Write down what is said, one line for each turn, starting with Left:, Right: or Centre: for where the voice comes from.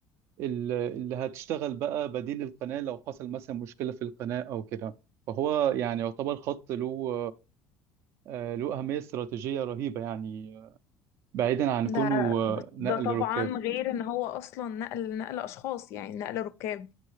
Right: ال- اللي هتشتغل بقى بديل القناه لو حصل مثلا مشكله في القناه او كده فهو يعني يعتبر خط له آه، له اهميه استراتيجيه رهيبه يعني بعيدا عن
Left: ده
Right: كونه آه، نقل
Left: ده طبعا
Right: ركاب
Left: غير ان هو اصلا نقل نقل اشخاص يعني نقل ركاب